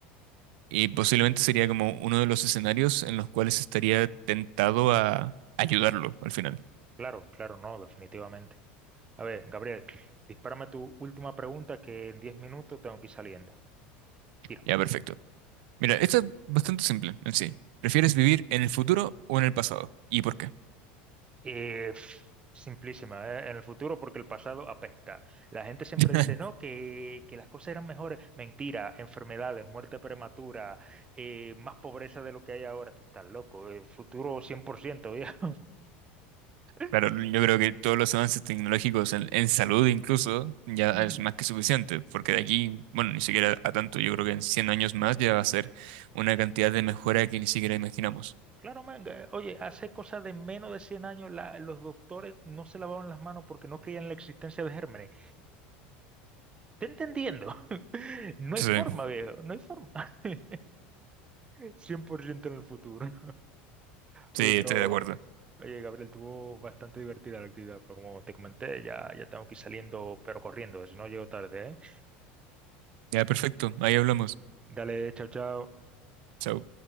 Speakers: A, on the right; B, on the right.
A: Y posiblemente sería como uno de los escenarios en los cuales estaría tentado a ayudarlo al final.
B: Claro, claro, no, definitivamente. A ver, Gabriel, dispárame tu última pregunta que en 10 minutos tengo que ir saliendo. Tira.
A: Ya, perfecto. Mira, esto es bastante simple en sí. ¿Prefieres
B: Ujú.
A: vivir en el futuro o en el pasado? ¿Y por qué?
B: Eh, pf, simplísima, eh, En el futuro, porque el pasado apesta. La gente siempre
A: <laughs>
B: dice, no, que, que las cosas eran mejores. Mentira, enfermedades, muerte prematura, eh, más pobreza de lo que hay ahora. Tú estás loco. El futuro 100%, viejo. <laughs>
A: Claro, yo creo que todos los avances tecnológicos en, en salud incluso ya
B: Ujú.
A: es más que suficiente, porque de aquí, bueno, ni siquiera a tanto, yo creo que en 100 años más ya va a ser una cantidad de mejora que ni siquiera imaginamos.
B: Claro, man, eh, oye, hace cosa de menos de 100 años la- los doctores no se lavaban las manos porque no creían en la existencia de gérmenes. ¿Te entendiendo? <laughs> No hay
A: Sí,
B: forma, viejo, no hay forma. <laughs> cien por ciento en el futuro.
A: sí,
B: Oye, pero,
A: estoy de acuerdo.
B: oye, Gabriel, tuvo bastante divertida la actividad, pero como te comenté, ya, ya tengo que ir saliendo, pero corriendo, si no llego tarde, ¿eh?
A: Ya, perfecto, ahí hablamos.
B: Dale, chao, chao.
A: Chao.